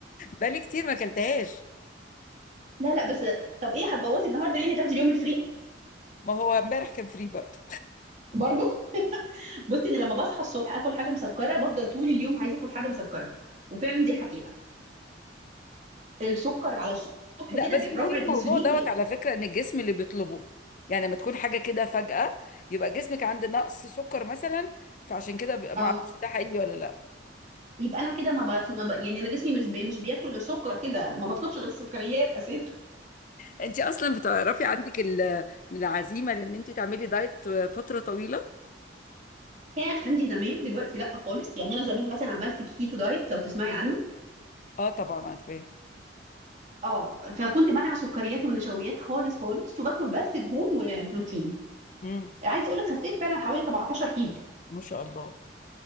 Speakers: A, on the left; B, on the right.
A: بقالي كتير ما أكلتهاش
B: لا لا بس طب ايه هتبوظي النهارده يعني تاخدي اليوم الفري
A: ما هو امبارح كان فري برضه
B: برضه <laughs> بصي انا لما بصحى الصبح اكل حاجه مسكره بفضل طول اليوم عايزه اكل حاجه مسكره وفعلا دي حقيقه السكر على الصبح
A: لا
B: كده
A: بس
B: بيرفع
A: بيقول
B: الانسولين
A: الموضوع دوت
B: يبقى-
A: على فكرة إن الجسم اللي بيطلبه يعني لما تكون حاجة كده فجأة يبقى جسمك عنده نقص سكر مثلا فعشان كده بيبقى-
B: اه
A: ما اعرفش ده حقيقي ولا لا
B: يبقى انا كده ما بطلب ما ب... يعني انا جسمي مش بي... مش بياكل غير سكر كده انا ما بطلبش غير السكريات اساسا
A: انت اصلا بتعرفي عندك ال- العزيمه لان انت تعملي دايت فتره طويله
B: كان عندي زمان دلوقتي لا خالص يعني انا زمان مثلا عملت كيتو دايت لو تسمعي عنه
A: اه طبعا عارفاه
B: اه فكنت منع سكريات ونشويات خالص خالص وباكل بس دهون وبروتين
A: امم
B: عايزه اقول لك خسيت فعلا حوالي 17 كيلو
A: ما شاء الله